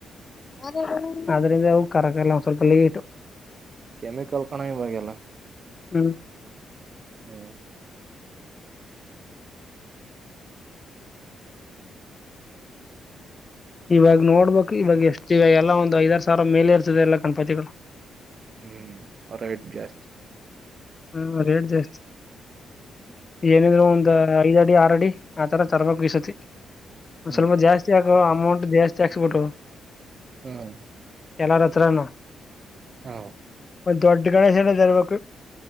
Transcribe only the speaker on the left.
ಅದ್ರಿಂದ ಅದ್ರಿಂದ ಅವ ಕರಕಲ್ಲ ಸ್ವಲ್ಪ ಲೇಟ್
ಹ್ಮ
ಇವಾಗ ನೋಡ್ಬೇಕು ಇವಾಗ ಎಷ್ಟ ಇಿವ ಎಲ್ಲಾ ಒಂದು ಐದಾರು ಸಾವಿರ ಮೇಲೆ ಇರ್ತದೆ ಎಲ್ಲ ಗಣಪತಿಗಳು
ಹ್ಮ್ ರೇಟ್ ಜಾಸ್ತಿ ಏನಿದ್ರು ಒಂದ್ ಐದ್ ಅಡಿ ಆರ ಅಡಿ ಹ ತರ ತರಬೇಕು ಎಸ್ಟೇಟ್ ಒ
ಸ್ವಲ್ಪ ಜಾಸ್ತಿ ಆಕೂ ಅಮೌಂಟ್ ಜಾಸ್ತಿ ಚೆಕ್ಸ್ಬುಟೋ
ಎಲ್ಲಾರ ಹತ್ರನು
ಒ ದೊಡ್ಡ ಗಣೇಶ ಎನ ತರಬೇಕು